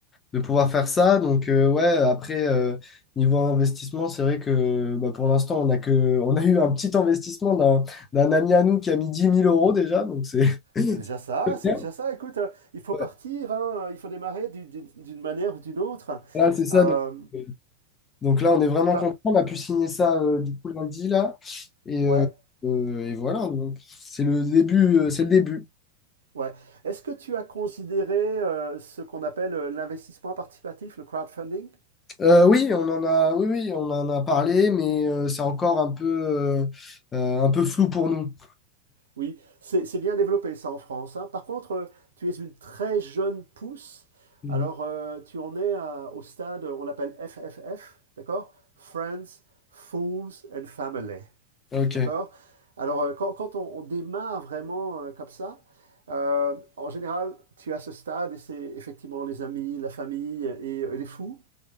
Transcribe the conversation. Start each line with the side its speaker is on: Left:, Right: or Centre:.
Left: de pouvoir faire ça. Donc, euh, ouais, après, euh, niveau investissement, c'est vrai que bah, pour l'instant, on a que, on a eu un petit investissement d'un, d'un ami à nous qui a mis dix mille euros déjà. Donc, c'est
Right: C'est déjà ça,
Left: <laughs>
Right: c'est
Left: Bien.
Right: déjà ça. Écoute, euh, il faut
Left: Ouais.
Right: partir, hein, il faut démarrer du- du- d'une manière ou d'une autre.
Left: là, c'est ça.
Right: Euh,
Left: Donc, euh, donc là, on est vraiment
Right: pas,
Left: content. On a pu signer ça euh, du coup lundi, là. Et,
Right: ouais,
Left: euh, euh, et voilà, donc c'est le début. euh, c'est le début.
Right: Ouais. Est-ce que tu as considéré euh, ce qu'on appelle euh, l'investissement participatif, le crowdfunding?
Left: Euh, oui, on en a, oui, oui, on en a parlé, mais euh, c'est encore un peu, euh, euh, un peu flou pour nous.
Right: Oui, c'est c'est bien développé ça en France, hein. Par contre, euh, tu es une très jeune pousse.
Left: Mhm.
Right: Alors, euh, tu en es à- au stade, euh, on l'appelle FFF, d'accord? Friends, Fools and Family,
Left: Ok.
Right: d'accord? Alors, euh, quand, quand on, on démarre vraiment euh, comme ça, euh, en général, tu as ce stade et c'est effectivement les amis, la famille et, et les fous.